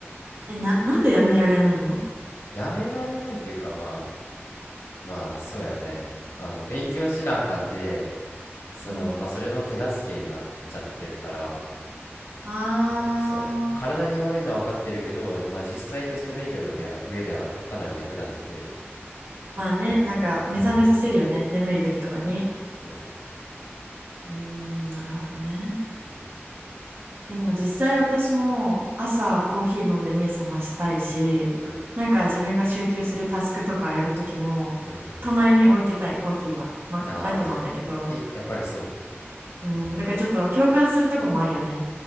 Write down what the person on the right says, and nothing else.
え、な、なんでやめられないの
うん。
あー
まあね、なんか目覚めさせるよね、眠い時とかに。
うーん、なるほどね。でも実際私も朝コーヒー飲んで目覚ましたいし、
なんか自分が集中するタスクとかやる時も、
隣に置いてたい、コーヒーは。まあ、
ラテなんだけど、
うん、
だからちょっと共感するとこもあるよね。